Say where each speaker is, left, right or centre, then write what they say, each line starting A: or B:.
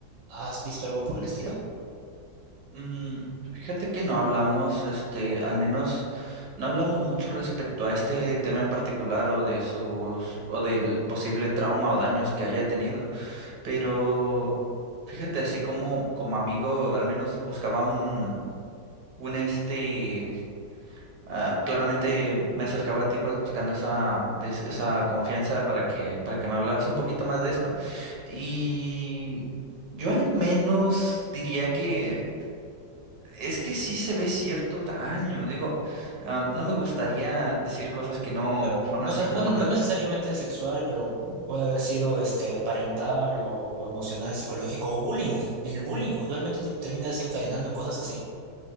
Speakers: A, on the right (about 80°); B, on the right (about 70°).
A: ¿Has visto algo por el estilo?
B: Mm, fíjate que no hablamos, este, al menos no hablamos mucho respecto a este tema en particular o de sus, o del posible trauma o daños que haya tenido, pero fíjate, así como, como amigo, al menos buscaba un, un este Ah, claramente me acercaba a ti pues buscando esa, des- esa confianza para que, para que me hablaras un poquito más de esto. Y yo al menos diría que es que sí se ve cierto daño. Digo, ah, no me gustaría decir cosas que no
A: Claro,
B: son
A: no,
B: así
A: ne-
B: como
A: no, no
B: tal.
A: necesariamente sexual, pero puede haber sido este parental o, o emocional, psicológico o bullying. El bullying usualmente ti- termina desencadenando en cosas así.